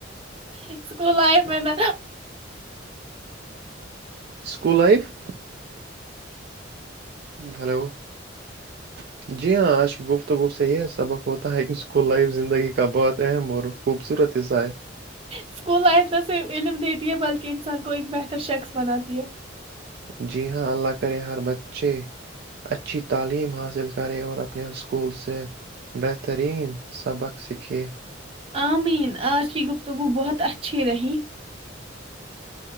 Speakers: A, on the right; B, on the right.
A: اسکول لائف میں <inaudible>
B: اسکول لائف <inaudible> ہلو <inaudible> جی ہاں آج کی گفتگوت سے یہ ہے سبق ہوتا ہے اسکول لائفگی <inaudible> کبت ہے خوبصورت حصہ ہے
A: اسکول لائف تو سے فلم <inaudible> ہے بلکہ انسان کو ایک بہتر شخص بناتی ہے <inaudible>
B: جی ہاں اللہ کرے ہر بچے اچھی تعلیم حاصل کرے اور اپنے اسکول سے بہترین سبق سیکھے
A: آمین آج کی گفتگو بہت اچھی رہی